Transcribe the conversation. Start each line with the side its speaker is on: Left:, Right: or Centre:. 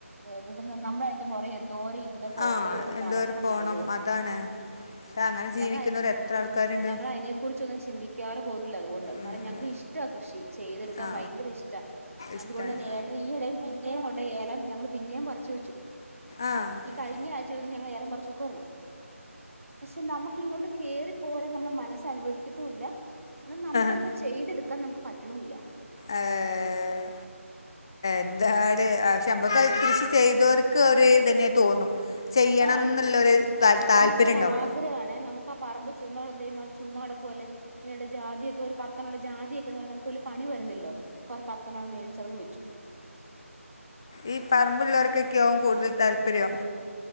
Right: എവിടെന്ന് നമ്മളയിന്റെ പൊറകെ എന്തോരം ഇതിന്റെ ഫോട്ടോ
Left: ആ
Right: എടുത്ത്
Left: എന്തോ
Right: നടക്കണം
Left: ഒരു പോണം
Right: എന്നറിയോ
Left: അതാണ് പക്ഷെ അങ്ങനെ ജീവിക്കുന്നവർ
Right: ഞങ്ങള്
Left: എത്ര ആൾക്കാരുണ്ട്
Right: ഞങ്ങള് അതിനെ കുറച്ച് ഒന്നും ചിന്തിക്കാറ് പോലുംഇല്ല അതുകൊ കറി
Left: ഇല്ല.
Right: ഞങ്ങക്ക്‌ ഇഷ്ട്ടം ആ ബഷി ചെയ്തെടുക്കാൻ
Left: ആ
Right: ഭയങ്കര ഇഷ്ട്ടാ
Left: ഇഷ്ടമാണ്
Right: അത്കൊണ്ട്തന്നെ ഏട്ടൻ ഈയെടേം പിന്നേം കൊണ്ടോയി ഏലം ഇന്ന് ഞാൻ പറിച്ചുവെച്ചു.
Left: ആ
Right: ഈ കഴിഞ്ഞ ആഴ്‌ <unintelligible> ഞങ്ങൾ ഏലം പറിച്ചു വെക്കുവാരുന്നു പക്ഷെ നമുക്ക് ഇങ്ങോട്ട് കേറി പ്പോരാൻ നമ്മടെ മനസ് അനുവദിക്കത്തു ഇല്ല എന്നാ നമക്ക്
Left: ആ
Right: അതൊട്ട് ചെയ്ത് എടുക്കാൻ നമക്ക് പറ്റണു ഇല്ല.
Left: ഏഹ് എന്താണ് പക്ഷെ നമ്മക്ക് അത് ഇത്തിരീച്ചേ ചെയ്തോർക്ക് ഒര് ഇതന്നെ തോന്നും ചെയ്യണം
Right: ആഹ്
Left: എന്നുള്ളൊരു താൽ താല്പര്യം
Right: നമക്കൊര്
Left: ഉണ്ടാവും
Right: ആഗ്രഹം ആണേ നമ്മക്ക് ആ പറമ്പ് ചുമ്മ കെടന്ന് ദൈവമെ അത് ചുമ്മാ കെടക്കുവല്ലേ ഈയിടെ ജാതി ഒക്കെ ഒര് പത്തെണ്ണം ഒണ്ടേ ജാതി ഒക്കെന്ന് പറയുന്നെ നമക്ക് വല്യ പണി വരുന്നില്ലല്ലോ കൊറെ പത്തെണ്ണം അങ്ങ് മേടിച്ചതങ്ങ് വെച്ചു.
Left: ഈ പറമ്പുള്ളോർക്കൊക്കെയാവും കൂടുതൽ താല്പര്യം.